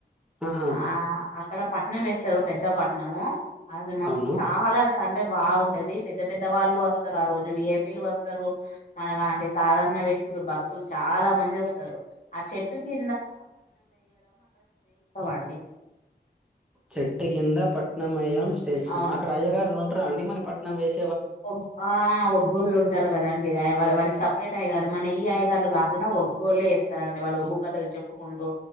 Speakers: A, in the centre; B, on the left (about 45°).
A: ఆహా!
B: ఆ అక్కడ పట్నం వేస్తరు పెద్ద పట్నము అది మస్
A: అవును.
B: చాలా అంటే బావుంటది. పెద్దవాళ్ళు వస్తరు ఆ రోజు విఐపీలు వస్ స్తరు, మన లాంటి సాదార న వ్యక్తులు, భక్తులు చాలా మంది వస్తరు. ఆ చెట్టుకి అండి
A: చెట్టు కింద పట్నంమేయం చేసినం
B: అవును
A: అక్కడ అయ్యగారు <inaudible> <inaudible> అండి మరి పట్నం వేసి
B: ఒగ్ ఆ ఒగ్లొలు ఉం టరు కదండి. వా వాడికి సపరేట్ అయ్యగారు మన ఈ అయ్యా గార్లు కాకుండా ఒగ్గొలేస్ చెస్తరండి వాళ్ళు బగ్గు కథలు చెప్పుకుంటూ